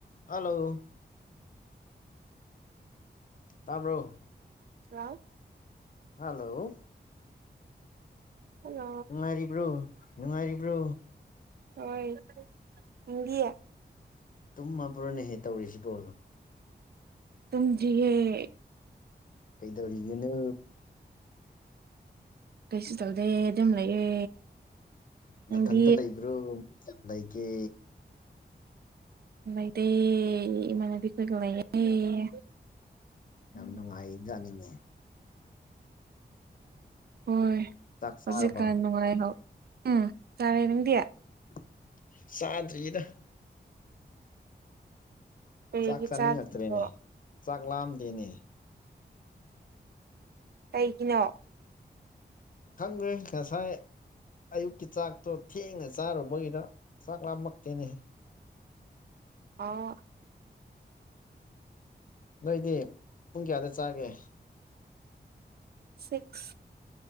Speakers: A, on the left; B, on the right.
A: ꯍꯜꯂꯣ ꯇꯥꯕ꯭ꯔꯣ?
B: ꯂꯜꯣ
A: ꯍꯜꯂꯣ
B: ꯍꯜꯂꯣ
A: ꯅꯨꯡꯉꯥꯏꯔꯤꯕ꯭ꯔꯣ ꯅꯨꯡꯉꯥꯏꯔꯤꯕ꯭ꯔꯣ
B: ꯍꯣꯏ ꯈꯪꯗꯤ
A: ꯇꯨꯝꯃꯕ꯭ꯔꯣꯅꯦꯍꯦꯛ ꯇꯧꯔꯤꯁꯤꯕꯣ
B: ꯇꯨꯝꯗꯔꯌꯦ
A: ꯀꯩꯗꯧꯔꯤꯒꯅꯣ
B: ꯀꯩꯁꯨ ꯇꯧꯗꯦ ꯑꯗꯨꯝ ꯂꯩꯌꯦ ꯅꯪꯗꯤ
A: ꯅꯥꯊꯟꯇ ꯂꯩꯕ꯭ꯔꯣ ꯃꯤ ꯀꯌꯥꯝ ꯂꯩꯒꯦ
B: ꯂꯩꯥꯏꯗꯦ ꯏꯃꯥꯟꯕꯤ ꯈꯣꯏꯒ ꯂꯩꯥꯏꯌꯦ
A: ꯌꯥꯝ ꯅꯨꯡꯉꯥꯏꯌꯦꯖꯥꯅꯤꯡꯅ‌ꯦ
B: ꯍꯣꯏ
A: ꯆꯥꯛ ꯆꯥꯔꯕꯣ
B: ꯍꯧꯖꯤꯛꯀꯥꯟ ꯅꯨꯡꯉꯥꯏꯍꯧ ꯎꯝ ꯆꯥꯔꯦ ꯅꯪꯗꯤ
A: ꯆꯥꯗ꯭ꯔꯤꯗ ꯫
B: ꯀꯔꯤꯒꯤ
A: ꯆꯥꯛ ꯆꯥꯅꯤꯡꯉꯛꯇ꯭ꯔꯦꯅꯦ
B: ꯆꯥꯗ꯭ꯔꯤꯕꯣ
A: ꯆꯥꯛ ꯂꯥꯝꯗꯦꯅꯦ
B: ꯀꯩꯒꯤꯅꯣ
A: ꯈꯪꯗ‌ꯦ ꯉꯁꯥꯏ ꯑꯌꯨꯛꯀꯤ ꯆꯥꯛꯇꯣ ꯊꯦꯡꯅ ꯆꯥꯔꯨꯕꯒꯤꯔ ꯆꯥꯛ ꯂꯥꯝꯃꯛꯇꯦꯅꯦ
B: <inaudible>
A: ꯅꯣꯏꯗꯤ ꯄꯨꯡ ꯀꯌꯥꯗ ꯆꯥꯒꯦ
B: ꯁꯤꯛꯁ